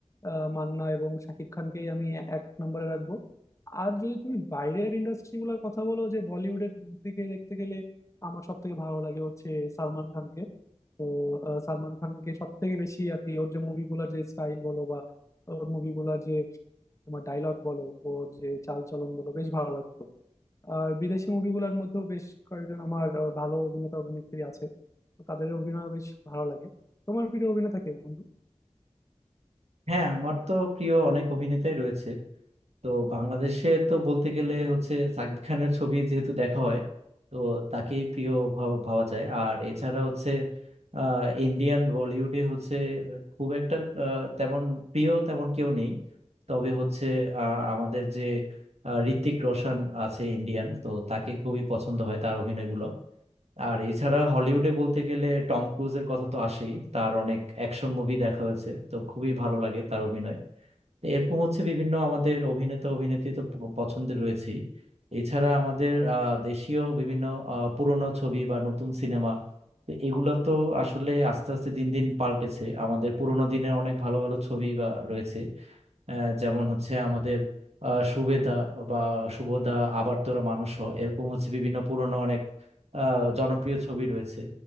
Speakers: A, on the left (about 25°); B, on the right (about 65°).
A: আহ, মান্না এবং শাকিব খানকেই আমি এক নম্বরে রাখবো আর যদি তুমি বাইরের ইন্ডাস্ট্রি গুলোর কথা বলো যে বলিউডের দিকে দেখতে গেলে আমার সব থেকে ভালো লাগে হচ্ছে সালমান খানকে তো আহ, সালমান খানকে সব থেকে বেশি আর কি ওর যে মুভিগুলোর যে স্টাইল বলো বা ওর মুভিগুলোর যে তোমার ডায়লগ বলো ওর যে চাল চলন বলো বেশ ভালো লাগতো আর বিদেশি মুভিগুলোর মধ্যেও বেশ কয়েকজন আমার আহ, ভালো অভিনেতা অভিনেত্রী আছে তো তাদের অভিনয় বেশ ভালো লাগে তোমার প্রিয় অভিনেতা কে বন্ধু
B: হ্যাঁ আমার তো প্রিয় অনেক অভিনেতাই রয়েছে তো বাংলাদেশে তো বলতে গেলে হচ্ছে সাকিব খানের ছবি যেহেতু দেখা হয় তো তাকেই প্রিয় ভাব- ভাবা যায় আর এছাড়া হচ্ছে আহ ইন্ডিয়ান বলিউডে হচ্ছে খুব একটা আহ, তেমন প্রিয় তেমন কেউ নেই তবে হচ্ছে আহ, আমাদের যে আহ, ঋত্বিক রোশন আছে ইন্ডিয়ান তো তাকে খুবই পছন্দ হয় তার অভিনয়গুলো আর এছাড়া হলিউডে বলতে গেলে টম ক্রুজের কথা তো আসেই তার অনেক অ্যাকশন মুভি দেখা হয়েছে তো খুবই ভালো লাগে তার অভিনয় তো এরকম হচ্ছে বিভিন্ন আমাদের অভিনেতা অভিনেত্রী তো প- পছন্দের রয়েছেই এছাড়া আমাদের আহ, দেশীয় বিভিন্ন আহ, পুরনো ছবি বা নতুন সিনেমা তো এগুলো তো আসলে আস্তে আস্তে দিন দিন পাল্টেছে আমাদের পুরোনো দিনের অনেক ভালো ভালো ছবি বা রয়েছে আহ, যেমন হচ্ছে আমাদের আহ, সুবেদা বা শুভদা আবার তোরা মানুষ হ এরকম হচ্ছে বিভিন্ন পুরনো অনেক আহ, জনপ্রিয় ছবি রয়েছে